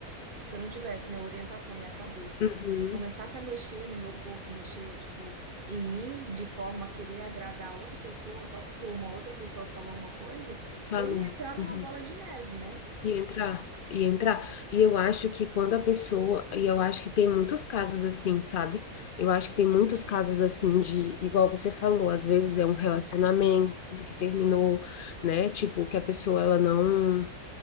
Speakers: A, on the right (about 40°); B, on the left (about 65°).
A: se eu não tivesse, né, orientação e a cabeça
B: uhum.
A: e começasse a mexer no meu corpo, mexer, tipo, em mim de forma a querer agradar outra pessoa, só porque uma outra pessoa falou uma coisa,
B: Falou.
A: eu ia entrar numa
B: Uhum.
A: bola de neve, né?
B: E entrar, e entrar. E eu acho que quando a pessoa. E eu acho que tem muitos casos assim, sabe? Eu acho que tem muitos casos assim de. Igual você falou, às vezes é um relacionamento que terminou, né? Tipo, que a pessoa ela não.